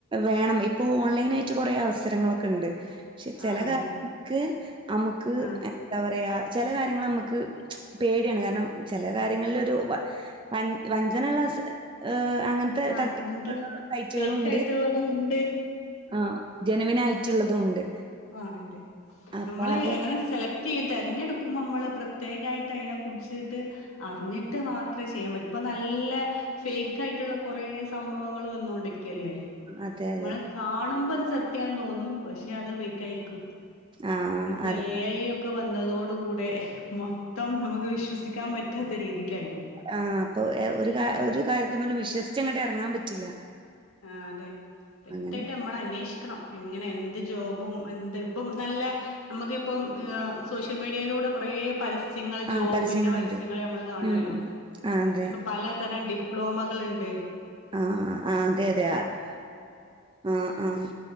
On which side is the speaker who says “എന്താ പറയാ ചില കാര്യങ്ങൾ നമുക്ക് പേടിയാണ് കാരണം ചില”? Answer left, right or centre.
Right